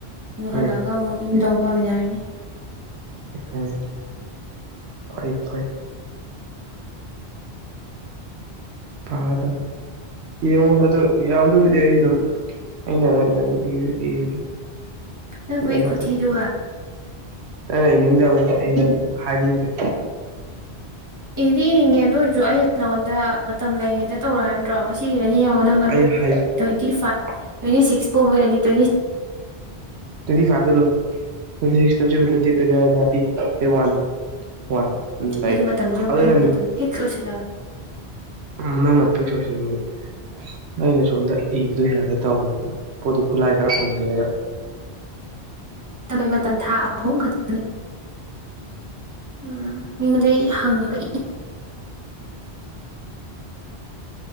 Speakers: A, on the right; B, on the right.
A: ꯑꯗꯨ ꯍꯜꯂꯛꯑꯒ
B: ꯎꯝ
A: ꯑꯃꯨꯛ ꯌꯨꯝꯗ ꯑꯃꯨꯛ ꯄꯥꯃꯤꯟꯅꯔꯅꯤ
B: ꯎꯝ ꯐꯔ ꯐꯔ ꯄꯥꯗ ꯌꯦꯡꯉꯣ ꯑ ꯌꯥꯝ ꯂꯨꯗꯤ ꯑꯩ ꯑꯗꯨꯝ ꯑꯩꯅꯅꯦꯝ ꯏꯕꯒ
A: ꯅꯪ ꯈꯨꯏ
B: ꯎꯝ
A: ꯈꯨꯊꯤꯗꯨꯒ
B: ꯇꯁꯤꯗ ꯅꯪꯅ ꯏꯅꯤꯡꯗꯕꯁꯦ ꯑꯩ ꯍꯥꯏꯅꯤꯡꯗ꯭ꯔꯦ
A: ꯏꯗꯤ ꯏꯅꯤꯡꯉꯦ ꯑꯗꯨ ꯑꯣꯏꯔꯁꯨ ꯑꯩ ꯅꯉꯣꯟꯗ ꯃꯇꯝ ꯂꯩꯉꯩꯗ ꯇꯧꯔꯣ ꯍꯥꯏꯕ ꯅꯠꯇ꯭ꯔꯣ ꯉꯁꯤ ꯏꯔꯅꯤ ꯌꯦꯡꯉꯣ ꯅꯪ ꯑꯗꯨ
B: ꯑꯩ ꯍꯥꯏ
A: ꯇ꯭ꯋꯦꯟꯇꯤ ꯐꯥꯏꯚ ꯇ꯭ꯋꯦꯟꯇꯤ ꯁꯤꯛꯁ ꯐꯥꯎ ꯑꯣꯏꯔꯅꯤ ꯇ꯭ꯋꯦꯟꯇꯤ ꯁꯤꯁ
B: twenty five thirty one one ꯎꯝ ꯂꯩ
A: ꯑꯩꯒꯤ ꯃꯇꯝꯁꯨ
B: ꯑꯗꯨꯅꯅꯦ
A: ꯑꯩ ꯃꯇꯝ ꯐꯤꯛꯁ ꯑꯣꯏꯁꯜꯂꯛꯑꯒꯦ
B: ꯎꯝ ꯅꯄꯤ ꯆꯅꯤꯅꯤ ꯑꯩꯅꯦ ꯁꯣꯝꯗ ꯏꯕꯗ ꯌꯥꯗ ꯇ ꯑꯃꯣꯏꯅꯤ ꯄꯗꯨ ꯈꯂꯑ ꯈꯔ ꯐꯝꯗꯔꯦ
A: ꯩ ꯃꯇꯝ ꯊꯥ ꯑꯍꯨꯝ ꯈꯛꯇꯪ ꯎꯝ ꯃꯤꯉꯣꯟꯗꯩ ꯍꯪꯉꯒ ꯏ